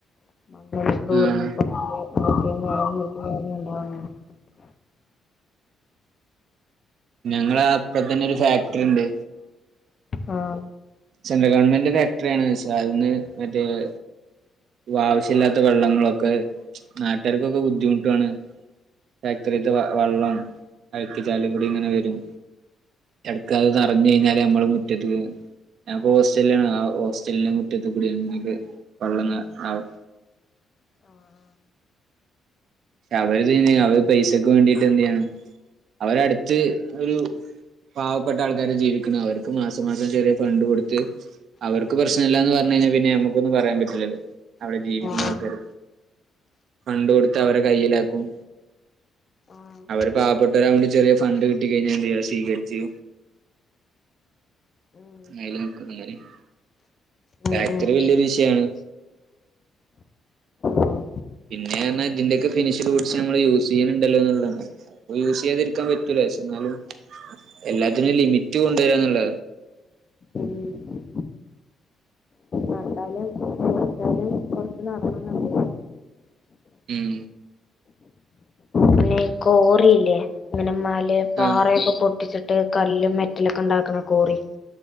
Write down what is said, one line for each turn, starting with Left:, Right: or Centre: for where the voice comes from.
Left: <unintelligible>
Right: ആ ഞങ്ങള അപ്പറത്തന്നെ ഒരു ഫാക്ടറി ഉണ്ട്
Left: ആഹ
Right: സെൻട്രൽ ഗവൺമെന്റ് ഫാക്ടറിയാണോന്ന് ചോദിച്ച് അതൊന്ന് മറ്റേത് ആവശ്യമില്ലാത്ത വെള്ളങ്ങളൊക്കെ നാട്ടുകാർക്കൊക്കെ ബുദ്ധിമുട്ടാണ് ഫാക്ടറിത്തെ വെ വെള്ളം അഴുക്ക്‌ ചാലി കൂടി ഇങ്ങനെ വരും. എടക്ക അത് നിറഞ്ഞു കഴിഞ്ഞാല് നമ്മടെ മുറ്റത്ത് വരും ഞാൻ ഹോസ്റ്റലിലാ ഹോസ്റ്റലിന്റെ മുറ്റത്ത് നമ്മൾക്ക് വള്ളം ഇങ്ങനെ ആവും
Left: ആഹ്
Right: അവര് ചെയ്യുന്നേ അവര് പൈസക്ക് വേണ്ടിട്ട് എന്ത് ചെയ്യാനാ അവരടുത്ത് ഒരു പാവപ്പെട്ട ആൾക്കാരാ ജീവിക്കു അവർക്ക് മാസം മാസം ചെറിയ ഫണ്ട് കൊടുത്ത് അവർക്ക് പ്രശ്ന ഇല്ലന്ന് പറഞ്ഞു കഴിഞ്ഞാൽ പിന്നെ നമക്കൊന്നും പറയാൻ പറ്റില്ലല്ലോ അവിടെ ജീവിക്കുന്ന
Left: ആഹ്
Right: ആൾക്കാർ
Left: ആഹ്
Right: ഫണ്ട് കൊടുത്ത അവരെ കയ്യിലാക്കും
Left: ആഹ്
Right: അവര് പാവപ്പെട്ടവരയോണ്ടി ചെറിയ ഫണ്ട് കിട്ടി കഴിഞ്ഞാ എന്ത് ചെയ്യും സ്വീകരിച്ചു.
Left: ഉം
Right: അതില് നിക്കും എന്ന് പറയുംഫാക്ടറി
Left: ഉം ഉം
Right: വലിയൊരു വിഷയാണ്
Left: ആഹ്
Right: പിന്നെ പറഞ്ഞാൽഇതിന്റെയൊക്കെ ഫിനിഷ് <unintelligible> നമ്മള് യൂസ് ചെയ്യുന്നുണ്ടല്ലോ എന്നുള്ളതാണ് യൂസ് ചെയ്യാതിരിക്കാൻ പറ്റൂല പക്ഷേ എന്നാലും എല്ലാത്തിനുംഒരു ലിമിറ്റ് കൊണ്ടുവരാന്നുള്ള
Left: ഉം നട്ടാലും കിളിച്ചാലും കുറച്ച് നാറണന്നല്ലേ ഉള്ളു
Right: ഉം
Left: പിന്നെ ഈ കോറിയില്ലേ ഇങ്ങനെ മല പാറയൊക്കെ
Right: ആഹ്
Left: പൊട്ടിച്ചിട്ട് കല്ലും മെറ്റലൊക്കെ ഉണ്ടാക്കണ കോറി